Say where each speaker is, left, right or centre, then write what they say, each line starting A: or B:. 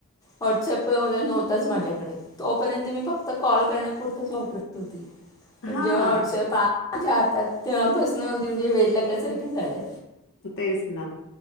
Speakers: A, on the left (about 15°); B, on the left (about 55°).
A: वॉट्सअप वगैरे नव्हताच माझ्य कडे तोपर्यंत मी फक्त कॉल करण्या पुरतच वापरत होती पण
B: हा
A: जेव्हा वॉट्सॲप आ ला माझ्या हातात तेंव्हापासन अगदी म्हणजे वेड लागल्यासारखे झालंय.
B: तेच ना